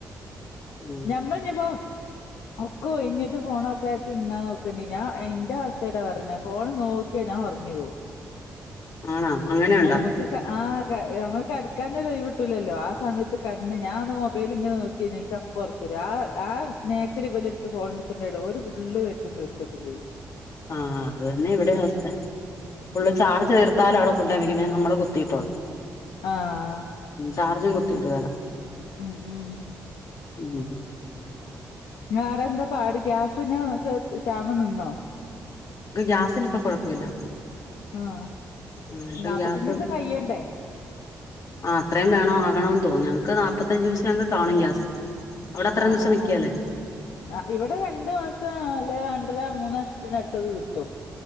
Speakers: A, on the left (about 55°); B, on the left (about 75°).
A: ഉം
B: ഞമ്മൾഞ്ഞിപ്പോ ഒക്കെ ഒയ്ഞ്ഞിട്ട് ഫോണോക്കാച്ച് നിന്നാ നോക്കണ്ടി ഞാൻ എന്റെ അവസ്ഥേ ട്ടൊ പറേണെ ഫോണ് നോക്കിയാ ഞാൻ ഒറങ്ങി പോവും
A: ആണോ അങ്ങനെയുണ്ടോ
B: നമുക്ക് ക്ക് ആകയ് അമുക് കെടക്കാനൊരൊയ് വ്ട്ടൂലല്ലോ ആ സമയത്ത് കണ്ണ് ഞാഒന്ന് മൊബൈല്ങ്ങനെ നോക്കിഞ പുറത്ത് ആ ആ നേക്കരി ഇവല എടുത്ത് പോടുത്തണ്ടായിട ഒരുര് ഫുള്ള് വെറ്റും തീർത്തക്കും ചെയ്യും
A: ആഹ അത്തന്നെ ഇവിടെ അവസ്ഥ ഫുള്ളും ചാർച്ച് തീർത്താാലും അവിടെ കൊണ്ടു വക്കുംെ നമ്മള് കുത്തിട്ടോണ്
B: ആഹ്
A: ചാർജും കു കുത്തിടുകേലോ
B: ഉം ഉം
A: ഉം
B: ങ്ങളാടെ എന്താ പാട് ഗ്യാസിന് ഒക്കെ ഷാ മം നിന്നോ
A: ക്ക് ഗ്യാസിന് ഇപ്പൊ കുഴപ്പമില്ല
B: ആഹ്
A: ആ ഇപ്പം
B: നാപ്പത്തഞ്ച്
A: ഗ്യാസ്
B: ദിവസം കഴിയണ്ടേ
A: ആ അത്രയും വേണം ആകണന്ന് തോന്ന് ഞങ്ങക്ക് നാ മുപ്പത്തഞ്ച് ദിവസം ങ് കാണും ഗ്യാസ് അവിടെ അത്രയും
B: ആഹ്
A: ദിവസം
B: ആ
A: നിക്കേലേ
B: ആഹ് ആ ഇവിടെ രണ്ടു മാസം അല്ല രണ്ടര മൂന്ന് മാസത്തിടു ത്തൊക്കെ കിട്ടും